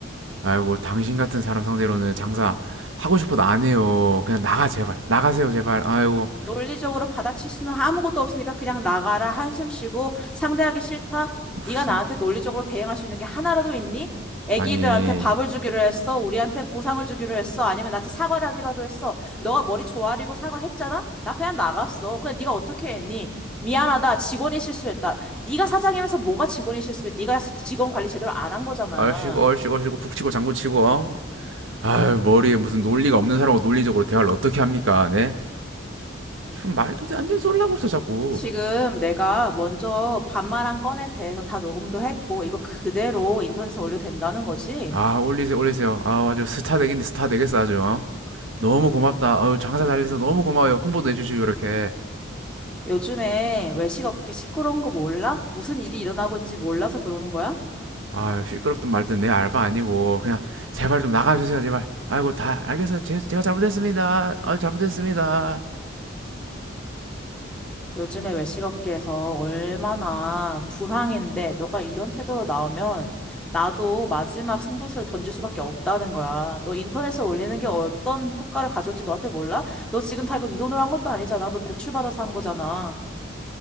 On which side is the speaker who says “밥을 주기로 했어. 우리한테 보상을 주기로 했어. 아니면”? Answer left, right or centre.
Centre